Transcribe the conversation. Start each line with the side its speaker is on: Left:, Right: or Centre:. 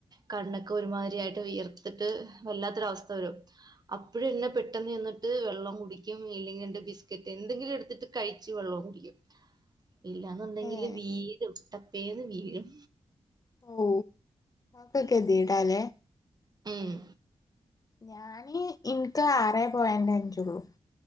Right: കണ്ണൊക്കെ ഒരുമാതിരിയായിട്ട് വിയർത്തിട്ട് വല്ലാത്തൊരവസ്ഥ വരും. അപ്പഴ് എന്നെ പെട്ടെന്ന് ചെന്നിട്ട് വെള്ളം കുടിക്കും ഇല്ലെങ്കിൽ എന്റെ ബിസ്ക്കറ്റ് എന്തെങ്കിലും എടുത്തിട്ട് കഴിച്ചു വെള്ളം കുടിക്കും ഇല്ലാന്നുണ്ടെങ്കില്
Left: ഏഹ്
Right: വീഴും ടപ്പേന്ന് വീഴും
Left: ഓ ക്കെകെതിടലേ
Right: ഉമ്
Left: ഞാന് എനിക്ക് ആറേ പോയന്റ് അഞ്ചുള്ളു